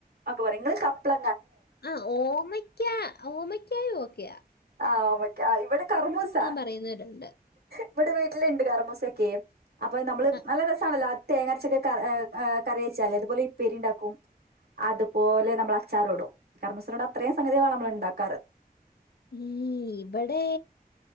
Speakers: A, on the right; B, on the left.
A: ഒക്കെ പറയും നിങ്ങള് കപ്ല
B: ആ ഓമയ്ക്ക ഓമയ്ക്കായ ഓക്കയാ
A: ആ ഓമയ്‌ക്ക ഇവിടെ കറമൂസ
B: പറയുന്നവരുണ്ട്
A: ഇവിടെ വീട്ടിലുണ്ട് കറമൂസൊക്കെ അപ്പൊ നമ്മള്
B: ആ,
A: നല്ല രസാണല്ലോ തേങ്ങരച്ചൊക്കെ ഏ ഏ കറി വെച്ചാലേ അതുപോലെ ഇപ്പേരി ഉണ്ടാക്കും അതുപോലെ നമ്മൾ അച്ചാറോടും കർമൂസിനൊണ്ട് അത്രയും സംഗതികളാണ് നമ്മൾ ഉണ്ടാക്കാറ്.
B: ഈ ഇവിടെ